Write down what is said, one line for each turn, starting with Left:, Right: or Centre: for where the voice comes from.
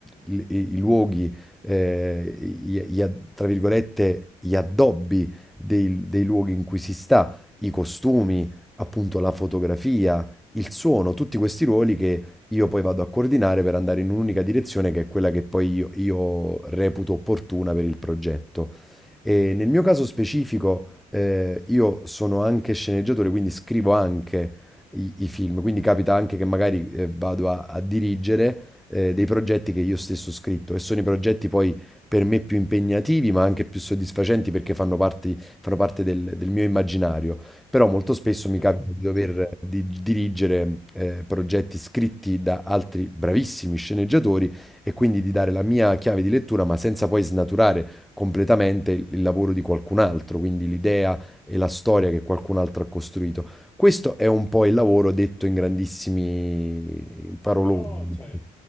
Centre: i, i- i luoghi, eh, gli- gli ad- tra virgolette, gli addobbi dei, dei luoghi in cui si sta, i costumi, appunto la fotografia, il suono, tutti questi ruoli che io poi vado a coordinare per andare in un'unica direzione che è quella che poi io, io reputo opportuna per il progetto. E nel mio caso specifico, eh, io sono anche sceneggiatore, quindi scrivo anche i, i film, quindi capita anche che magari eh, vado a, a dirigere eh, dei progetti che io stesso ho scritto e sono i progetti poi per me più impegnativi, ma anche più soddisfacenti perché fanno parte, fanno parte del, del mio immaginario. Però molto spesso mi
Left: Esatto.
Centre: capita di dover di- dirigere eh, progetti scritti da altri bravissimi sceneggiatori e quindi di dare la mia chiave di lettura, ma senza poi snaturare completamente il, il lavoro di qualcun altro, quindi l'idea e la storia che qualcun altro ha costruito. Questo è un po' il lavoro detto in grandissimi paroloni.
Left: Però, cioè,